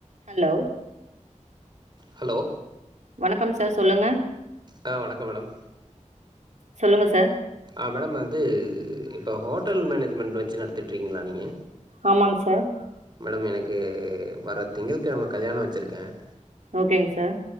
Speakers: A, on the right (about 65°); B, on the right (about 35°).
A: ஹலோ
B: ஹலோ
A: வணக்கம் சர் சொல்லுங்க
B: ஆ வணக்கம் மேடம்
A: சொல்லுங்க சர்
B: ஆ மேடம் வந்து இப்ப ஹோட்டல் மேனேஜ்மெண்ட் வச்சு நடத்திட்ருக்கீங்ளா நீங
A: ஆமாங் சர்
B: மேடம் எனக்கு வர திங்கள் கெழம கல்யாணோ வச்சிருக்கன்
A: ஓகேங் சர்